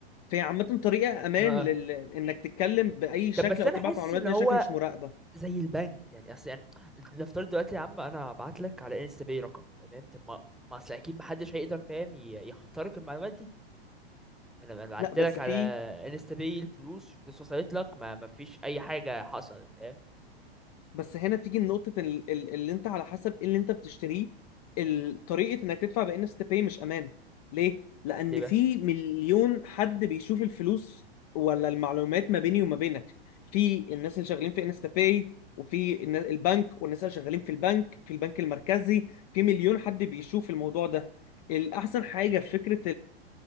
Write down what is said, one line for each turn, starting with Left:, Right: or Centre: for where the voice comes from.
Left: فهي عامة طريقة أمان
Centre: اه آه.
Left: لل... إنك تتكلم بأي شكل
Centre: طب بس
Left: أو
Centre: انا
Left: تبعت
Centre: حاسس
Left: معلومات
Centre: ان
Left: بأي
Centre: هو
Left: شكل مش مراقبة
Centre: زي البنك يعني اصل يعني نفترض دلوقتي يا عم انا هبعت لك على انستا باي رقم تمام طب ما ما اصل اكيد محدش هيقدر فاهم ي- يخترق المعلومات دي انا انا بعت
Left: لا بس
Centre: لك على
Left: في
Centre: انستا باي الفلوس فلوس وصلت لك ما ما فيش اي حاجه حصلت فاهم
Left: بس هنا بتيجي نقطة ال- ال- اللي انت على حسب ايه اللي انت بتشتريه ال- طريقة انك تدفع بان اس باي مش امان ليه؟ لان
Centre: ليه بقى
Left: في مليون حد بيشوف الفلوس ولا المعلومات ما بيني وما بينك في الناس اللي شغالين في انستا باي وفي النا- البنك والناس اللي شغالين في البنك في البنك المركزي في مليون حد بيشوف الموضوع ده الاحسن حاجة في فكرة